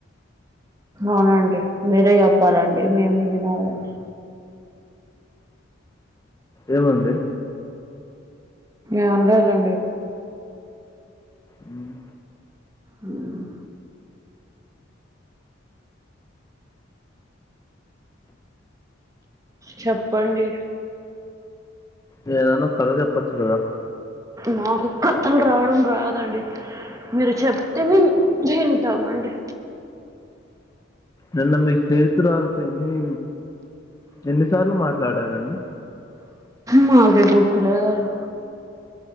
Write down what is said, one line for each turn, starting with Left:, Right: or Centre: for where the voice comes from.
Right: అవునండి మీరే చెప్పాలండి మేమే వినాలండి
Left: ఏమండి
Right: ఏం లేదండి
Left: హ్మ్
Right: హ్మ్ చెప్పండి
Left: నేనేమైనా కధ చెప్ ప్పచ్చుగా
Right: మాకు కత్తలు రావడం రాదండి మీరు చెప్తే వింటామండి
Left: నిన్న మీ స్నేహితురాలతోనిఎన్ని ఎన్నిసార్లు మాట్లాడారండి
Right: నాకే గుర్తులేదండి